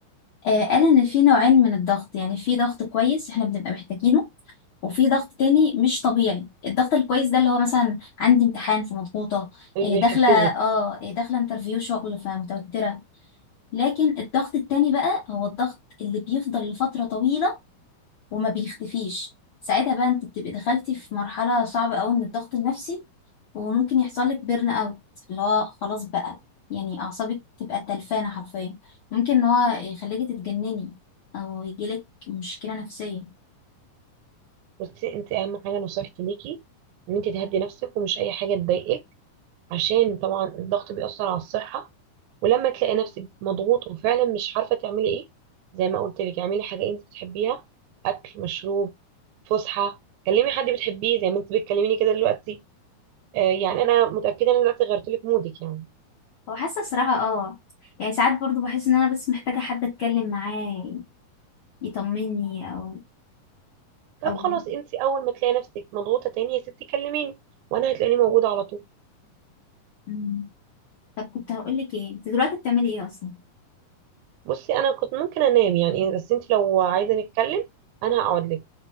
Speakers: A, on the left; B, on the right.
A: آه، قال إن في نوعين من الضغط يعني في ضغط كويس احنا بنبقى محتاجينه وفي ضغط تاني مش طبيعي الضغط الكويس ده اللي هو مثلا عندي امتحان فمضغوطة
B: اللي
A: آه،
B: بيحفزك
A: داخلة اه آه، داخلة انترفيو شغل فمتوترة لكن الضغط التاني بقى هو الضغط اللي بيفضل لفترة طويلة وما بيختفيش ساعتها بقى انت بتبقي دخلتي في مرحلة صعبة قوي من الضغط النفسي وممكن يحصل لك بيرن اوت اللي هو خلاص بقى يعني اعصابك تبقى تلفانة حرفيا ممكن ان هو يخليكي تتجنني او يجيلك مشكلة نفسية
B: بصي انت اهم حاجه نصيحتي ليكي ان انت تهدي نفسك ومش اي حاجه تضايقك عشان طبعا الضغط بيأثر على الصحه ولما تلاقي نفسك مضغوط وفعلا مش عارفه تعملي ايه زي ما قلت لك اعملي حاجه انت بتحبيها اكل مشروب فسحه كلمي حد بتحبيه زي ما انت بتكلميني كده دلوقتي آه يعني انا متاكده ان انا دلوقتي غيرت لك مودك يعني
A: هو حاسة صراحة اه يعني ساعات برضو بحس ان انا بس محتاجة حد اتكلم معاه يطمني او
B: طب
A: او
B: خلاص انت اول ما تلاقي نفسك مضغوطه تاني يا ستي كلميني وانا هتلاقيني موجوده على طول
A: مم. طب كنت هقولك ايه انت دلوقتي بتعملي ايه اصلا
B: بصي انا كنت ممكن انام يعني إيه، بس انت لو عايزه نتكلم انا هقعد لك